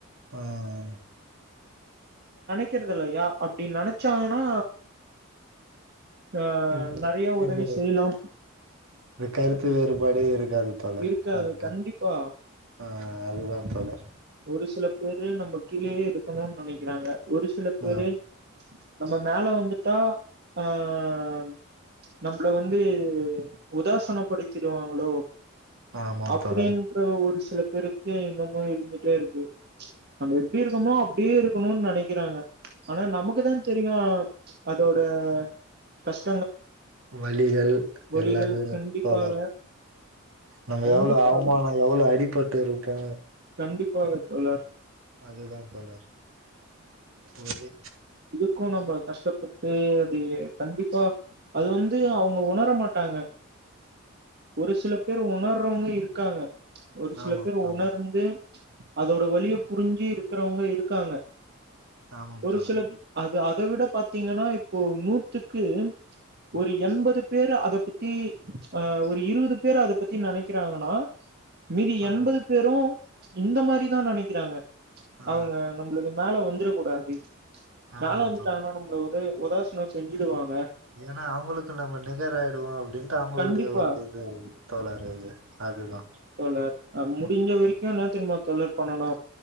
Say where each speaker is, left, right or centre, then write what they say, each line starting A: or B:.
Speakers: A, on the right (about 70°); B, on the right (about 50°).
A: ஆஹ்
B: க்கிறது இல்லையா அப்டி நெனைச்சாங்கன்னா ஆ
A: இந்த
B: நெறைய உதவி
A: இந்த
B: செய்யலாம்
A: இந்த கருத்து வேறுபாடு இருக் அ அது தல
B: இருக்காது
A: அது‌தா
B: கண்டிப்பா
A: ஆ அதுதான் தல
B: ஒரு சில பேரு நம்ம கீழயே இருக்கணுன்னு நெனைக்கிறாங்க ஒரு சில பேரு
A: ஆ
B: நம்ம மேல வந்து தா ஆஹ் நம்பள வந்து உதாசனப்படுத்திடுவாங்களோ
A: ஆமாம்
B: அப்டின்ற
A: தோழர்
B: ஒரு சு சில பேருக்கு இன்னுமு இருந்துட்டே இருக்கு நம்ம எப்டி இருக்கோமோ அப்டியே இருக்குணுன்னு நெனக்கிறாங்க ஆனா நமக்குதா தெரியு அதோட கஷ்
A: வழிகள்
B: வலிகள்
A: எல்லாமே
B: கண்டிப்பாக
A: கோளாறு நம்ம
B: கண்டிப்பாக
A: எவ்ளோ அவமானோ எவ்ளோ அடிபட்டு இருக்கே
B: கண்டிப்பாக தோழர்
A: அதுதா தோழர் ஒரு
B: க்கு நம்ப கஷ்டப்பட்டு அது கண்டிப்பா அது வந்து அவங்க உணர மாட்டாங்க ஒரு சில பேர் உண் மார்றவங்க இருக்காங்க ஒரு சில
A: ஆமாம்
B: பேர்
A: தோழர்
B: உணர்ந்து அதோட வலிய புரிஞ்சி இருக்றவங்க இருக்காங்க
A: ஆமாம்
B: ஒரு
A: தோழர்
B: சில அ இது அத விட பாத்தீங்கன்னா இப்போ நூத்துக்கு ஒரு எண்பது பேர் அத பத்தி, ஆ ஒரு இருபது பேர் அத பத் தி நினக்கிறாங்கன்னா மீதி எண்பது
A: ஆமாம்
B: பேரு இந்த மாரிதா நெனைக்கிறாங்க
A: ஆ
B: அவங்க நம்பளுக்கு மேல வந் <unintelligible> கூடாது
A: ஆமாம்
B: மேல வந்துட்டாங்கன்னா
A: தோழர்
B: நம்பளது உதாசீனம் செஞ்சுடுவாங்
A: ஏன்னா அவங்களுக்கு நம்ம நிகர் ஆயிடுவோ அப்டின் த்து அவங்களுடைய
B: கண்டிப்பா
A: ஒரு இது தோழரே இது அதுதா
B: ஆ ஆ முடிஞ்ச வரைக்கும் என்ன தெரியுமா தோழர் பண்ணணும?